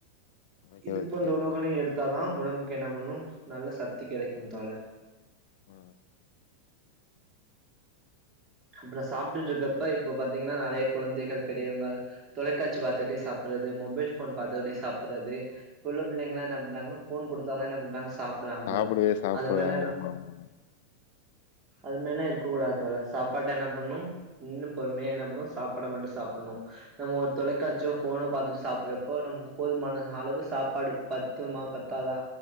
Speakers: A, on the left; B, on the right.
A: ஓகே
B: இது
A: ஓகே
B: போன்ற உணவுகளையு
A: ப்ரோ
B: எடுத்தாதா உடம்புக்கு என்ன பண்ணு நல்ல சக்தி கெடைக்கும் தோழர்
A: ஆ
B: அப்ற சாப்ட்டுட்டு இருக்கப்ப இப்ப பாத்தீங்கன்னா நெறைய குழந்தைகள் பெரியவங்கள் தொலைக்காட்சி பாத்துட்டே சாப்புறது மொபைல் ஃபோன் பாத்துக்கிட்டே சாப்புறது இப்ப உள்ள பிள்ளைங்கள்லா என்ன பண்றாங்க ஃபோன் குடுத்தாதா என்ன பண்றாங்க சாப்புறாங்க
A: சாப்பிடவே
B: தோழர்
A: சாப்பிடுறாங்க
B: அது மேல என்ன
A: ஆமா ஆமா
B: அது மேரினா இருக்கக் கூடாது தோழர் சாப்பாட்ட என்ன பண்ணு இன்னு பொறுமையா என்ன பண்ணு சாப்பாட மட்டு சாப்புட்ணு நம்ம ஒரு தொலைக்காட்சியோ ஃபோனோ பாத்துட்டு சாப்புறப்போ நமக்கு போதுமான அளவு சாப்பாடு பத்துமா பத்தாதா